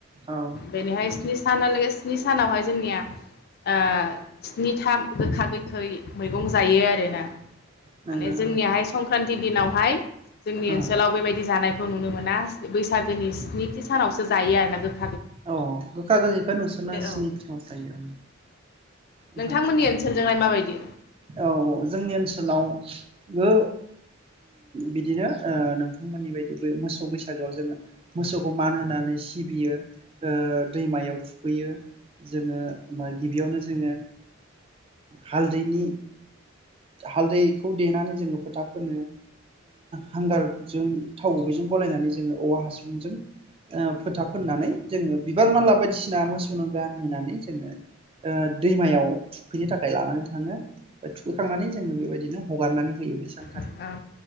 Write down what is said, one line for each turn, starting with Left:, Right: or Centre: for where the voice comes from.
Right: औ
Left: बेनिहाय
Right: नंगौ
Left: स्नि सानालागे स्नि सानावहाय जोंनिया ओ स्निथाम गोखा गोखै मैगं जायो आरोना माने
Right: नंगौ
Left: जोंनियाहाय संक्रान्ति दिनावहाय जोंनि
Right: औ
Left: ओनसोलाव बेबायदि जानाय खौ नुनो मोना बैसागोनि स्निथि सानावसो जायो आरोना गोख
Right: औ गोखा गोखैखा नोंसोरना स्नि
Left: औ
Right: थिआवसो जायो आदसा
Left: नोंथांमोननि
Right: आदसा औ
Left: ओनसोलजोंहाय माबायदि
Right: औ जोंनि ओनसोलावबो बिदिनो नोंथांमोननि बायदि मोसौ बैसागोआव जोङो मोसौखौ मान होनानै सिबियो ओ दैमायाव थुखैयो जोङो गिबियावनो जोङो हालदैनि हालदैखौ देनानै जोङो फोथा फोनो हांगारजों थाव गुबैजों गलायनानै जोङो औवा हासुंजों फोथा फोननानै जोङो बिबार मानला बायदिसिना मोसौनो गान होनानै जोङो दैमायाव थुखैनो थाखाय लानानै थाङो ओम थुखैखांनानै जोङो बेबायदिनो हगारनानै होयो बेसां
Left: औ